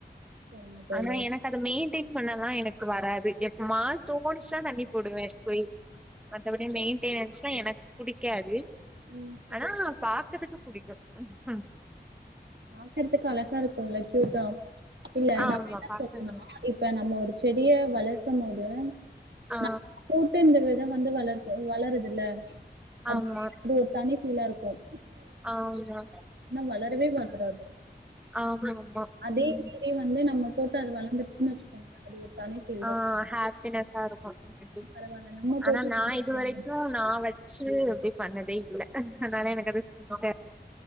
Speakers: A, on the right (about 75°); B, in the centre.
A: சரிங்க தோழி
B: ஆனா எனக்கு அது மெயின் கிளின் பண்ணலா எனக்கு வராது மான் தோனிச்சுனா தண்ணி போடுவே போய் மற்றவடி மெயின் <unintelligible> னன்னா எனக்கு பிடிக்காது
A: ம் சரி
B: ஆனா பாக்கதுக்கு புடிக்கும் உஹ்
A: பாக்கறதுக்கு அழகா இருக்குமுல்ல க்யூட்டா இல்ல
B: ஆமா
A: நான் என்ன
B: பாக்க
A: சொல்றேன்னா இப்ப நம்ம ஒரு செடியை வளர்க்கும் போது
B: ஆ
A: நம் கூட்டு இந்த வித வந்து வளர்ப்பு வளருது இல்ல அப்படினு
B: ஆமா
A: ஒரு தனி ஃபீலா இருக்கும்
B: ஆமா
A: வளரவே வளராது
B: ஆமா ஆமா
A: அதே
B: ம்
A: மாதிரி வந்து நம்ம போட்டு அது வளர்துச்சுன்னு வச்சுக்கோங்கள அது ஒரு தனி ஃபீல்
B: ஆ
A: தா
B: ஹப்பின்ஸ்ஸா இருக்கும்
A: பரவால்ல நம்ம போட்டு
B: ஆனா நான் இதுவரக்கும் நான் வச்சு எப்டி பண்ணது டெய்சில்ல அதனால எனக்கு அது <inaudible>